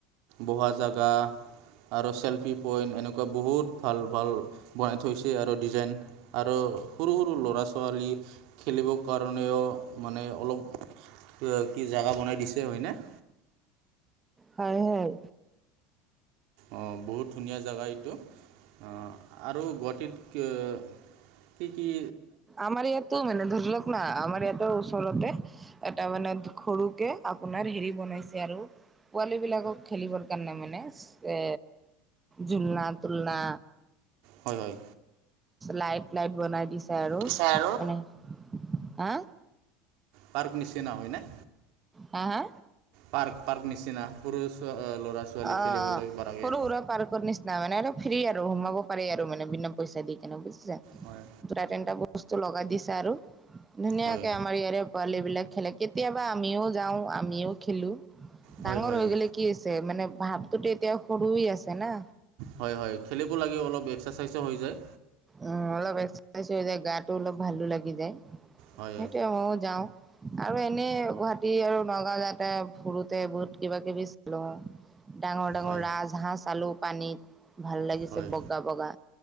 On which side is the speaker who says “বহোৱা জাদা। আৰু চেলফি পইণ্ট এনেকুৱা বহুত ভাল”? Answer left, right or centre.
Right